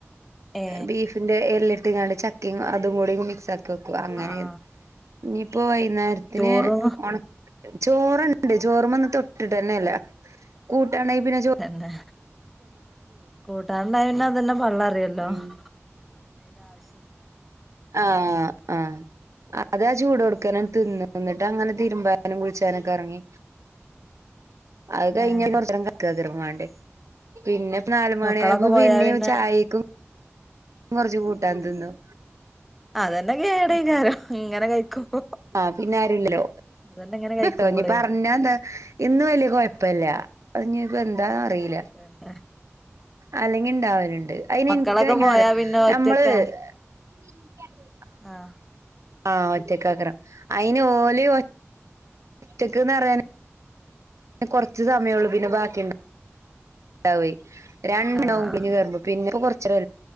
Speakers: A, in the centre; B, on the right.
A: ഏ
B: ബീഫിന്റെ എല്ലിട്ട്ങ്ങാണ്ട് ചക്കിം അതും കൂടി മിക്സ് ആ ക്കെക്കും അങ്ങനെ
A: ആ ആ
B: ഇനിയിപ്പോ വൈന്നേരത്തിന്
A: ചോറും
B: ഒണ ചോറ്ണ്ട് ചോറുമ്മ ഇന്ന് തൊട്ട്ട്ടെന്നെ ഇല്ല കൂട്ടാണ്ടേ പിന്നെ ചോ
A: തന്നെ കൂട്ടാൻഉണ്ടായ പിന്നെ അതന്നെ പള്ളറയല്ലോ
B: ഉം
A: പിന്നെ ആവശല്ല്യ
B: ആഹ് ആഹ് അ അതാ ചൂടോട്ക്കനാണ്ട് തിന്ന എന്നിട്ടങ്ങനെ തിരുമ്പാനും കുളിച്ചാനൊക്കെ എറങ്ങി അത് കഴിഞ്ഞ
A: ആ
B: കുറച്ച് നേരം <unintelligible> പിന്നെ ഇപ്പോ നാല് മണി
A: മക്കളൊക്കെ
B: ആയ്പ്പോ
A: പോയാ
B: പിന്നേം
A: പിന്നെ
B: ചായക്കും കുറച്ച് കൂട്ടാൻ തിന്നും
A: ആഹ് അതന്നെ കേടയ്ക്കാരം ഇങ്ങനെ കഴിക്കുമ്പോ
B: ആഹ് പിന്നെ ആരുല്ലല്ലോ
A: അതന്നെ ഇങ്ങനെ കഴിക്കുമ്പളേ
B: തോഞ്ഞി പറഞ്ഞാന്താ ഇന്ന് വല്യ കൊയപ്പല്ല്യ അത് ഇഞ്ഞി ഇപ്പ എന്താന്ന് അറീല്ല
A: <unintelligible>
B: അല്ലെങ്കി ഇണ്ടാവല്ണ്ട് അയിന്
A: മക്കളൊക്കെ
B: ഇൻക്ക് എങ്ങനേ
A: പോയാ
B: അറിയോ
A: പിന്നെ ഒറ്റക്കാ
B: നമ്മള് ഇതിന്റേണ്
A: ആഹ്
B: ആഹ് ഒറ്റക്കാക്കരം അയിന് ഓല് ഒ ഒറ്റയ്ക്ക്‌ന്ന് പറയാന് കൊറച്ച് സമയൊള്ളൂ പിന്നെ ബാക്കിയിണ്ട ണ്ടാവേയ് രണ്ടെണ്ണം
A: ആഹ്
B: കുനിഞ്ഞ്കേറുമ്പോ പിന്നെപ്പൊ കൊറച്ചേ